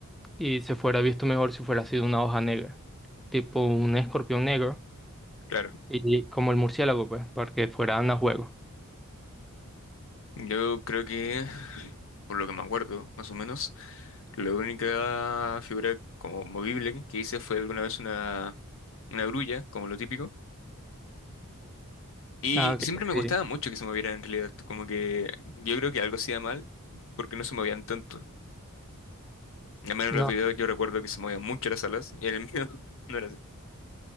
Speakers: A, in the centre; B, on the left (about 65°).
A: y se fuera visto mejor si fuera sido una hoja negra, tipo un escorpión negro
B: claro,
A: y como el murciélago, pues, para que fueran a juego.
B: yo creo que por lo que me acuerdo, más o menos. La única figura como movible que hice fue alguna vez una, una grulla, como lo típico. Y
A: Ah, ok,
B: siempre me
A: sí.
B: costaba mucho que se movieran en realidad. Como que yo creo que algo hacía mal porque no se movían tanto. Al menos en
A: No,
B: los videos yo recuerdo que se movían mucho las alas y en el mío <laughs> no era así.